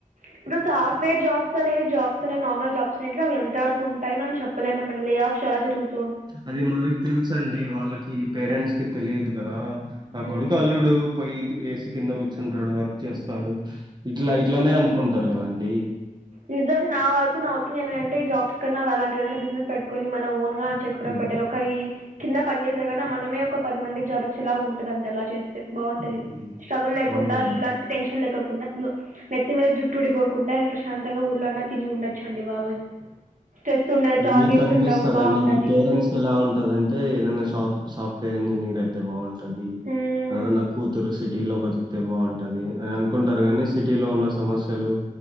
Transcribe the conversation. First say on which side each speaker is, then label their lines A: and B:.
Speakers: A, on the right (about 65°); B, on the right (about 30°).
A: ఇప్పుడు సాఫ్ట్వేర్ జాబ్స్ అనేది జాబ్స్ ని నార్మల్ జాబ్స్ మనం ఎంత వరకు ఉంటా మనం చెప్పలేం అనమాట లే ఆఫ్ చా జరుగుతుంది
B: అది మనకి తెలుస అండి వాళ్ళకి పేరెంట్స్ కి తెలిదు కదా నా
A: హ్మ్.
B: కొడుకు అల్లుడు పోయి ఏసి కింద కూర్చుంటాడు వర్క్ చేస్తాడు ఇట్లా ఇట్లానే అనుకుంటారు కదండి
A: నిజం నా వరకు నా ఒపీనియన్ండి జాబ్స్ కన్నా అలాంటి ఏదైనా బిజినెస్ పెటుకొని మన ఓన్ గాం చేసుకోడం
B: హ్మ్.
A: బెటర్ ఒక ఈ కింద పని ఏదైనా మనమే ఒక పది మందికి జాబచ్చేలా ఉంటుంది అడి ఎలా చేస్తా బాగుంటది
B: హ్మ్.
A: స్ట్రగుల్ లేకుండా
B: అవునండి.
A: ఇలాంటి టెన్షన్ లే నెత్తి మీద జుట్టుడిపోకుండా ప్రశాంతంగా ఊర్లో అన్నా తిని ఉండొచ్చండి బాబోయ్ స్ట్రెస్ ఉండదు
B: అది
A: టార్గెట్స్
B: మీకు అనిపిస్తదండి
A: ఉండవు బాగుంటది
B: మీ పేరెంట్స్ క ఎలా ఉంటదింటే ఏదైనా షాక్ సాఫ్ట్వేర్ ఇంజనీర్ అయితే బాగుంటది
A: హ్మ్
B: నా కూతురు సిటీ లో ప్రతి అ బాగుంటది అని అనుకుంటారు గాని సిటీ లో ఉన్న సమస్యలు